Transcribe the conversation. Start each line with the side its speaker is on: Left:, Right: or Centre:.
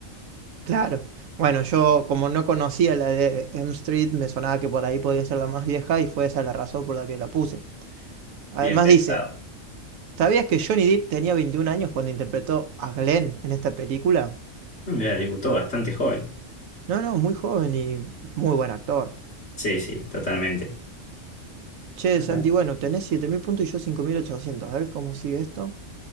Right: Claro. Bueno, yo como no conocía la de Elm Street, me sonaba que por ahí podía ser la más vieja y fue esa la razón por la que la puse. Además
Left: bien pensado.
Right: dice, ¿sabías que Johnny Depp tenía 21 años cuando interpretó a Glenn en esta película?
Left: Mira, debutó bastante joven.
Right: No, no, muy joven y muy buen actor.
Left: Sí, sí, totalmente.
Right: Che,
Left: Ajá.
Right: Santi, bueno, tenés 7.000 puntos y yo 5.800. A ver cómo sigue esto.